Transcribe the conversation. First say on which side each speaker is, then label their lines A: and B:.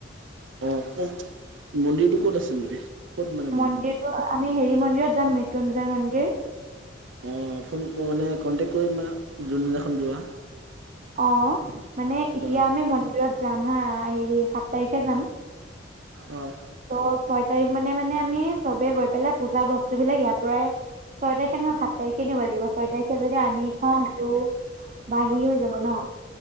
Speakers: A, on the right; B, on the right.
A: অ', ক'ত মন্দিৰটো ক'ত আছে মানে? ক'ত মানে
B: মন্দিৰটো আমি হেৰি মন্দিৰত যাম মৃত্যুঞ্জয় মন্দিৰ।
A: অ', ফোন মানে কণ্টেক্ট কৰিম বা যোনদিনাখন যোৱা।
B: অ', মানে এতিয়া
A: অ
B: আমি মন্দিৰত যাম হা, হেৰি সাত তাৰিখে যাম।
A: অ',
B: ত' ছয় তাৰিখ মানে, মানে আমি চবে গৈ পেলাই পূজাৰ বস্তু বিলাক ইয়াৰ পৰাই ছয় তাৰিখে নহয় সাত তাৰিখে নিব লাগিব ছয় তাৰিখে যদি আনি থওঁ সেইটো বাাহি হৈ যাব ন'।